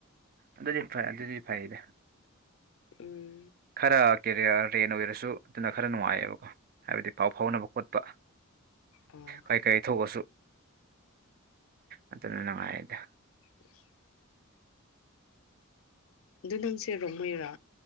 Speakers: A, on the right (about 45°); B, on the left (about 65°).
A: ꯑꯗꯨꯗꯤ ꯐꯩ-ꯑꯗꯨꯗꯤ ꯐꯩꯗ
B: ꯎꯝ
A: ꯈꯔ ꯀꯦ ꯔꯦꯟ ꯑꯣꯏꯔꯁꯨ ꯑꯗꯨꯅ ꯈꯔ ꯅꯨꯡꯉꯥꯏꯌꯦꯕꯀꯣ ꯍꯥꯏꯕꯗꯤ ꯄꯥꯎ ꯐꯥꯎꯅꯕ ꯈꯣꯠ <inaudible>
B: ꯎꯝ
A: ꯀꯔꯤ-ꯀꯔꯤ ꯊꯣꯛꯑꯁꯨ ꯑꯗꯨꯅ ꯅꯨꯡꯉꯥꯏꯑꯦꯗꯥ
B: <inaudible> ꯑꯗꯨ ꯅꯪꯁꯦ ꯔꯣꯡꯃꯩꯔꯥ